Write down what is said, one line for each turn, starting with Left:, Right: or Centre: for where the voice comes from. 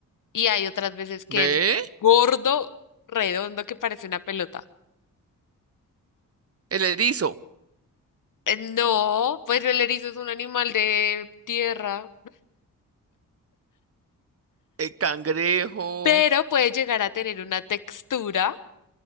Left: y hay otras veces que
Right: ¿Ve?
Left: es gordo, redondo, que parece una pelota.
Right: El erizo,
Left: Eh, No, pues el erizo es un animal de tierra,
Right: el cangrejo.
Left: pero puede llegar a tener una textura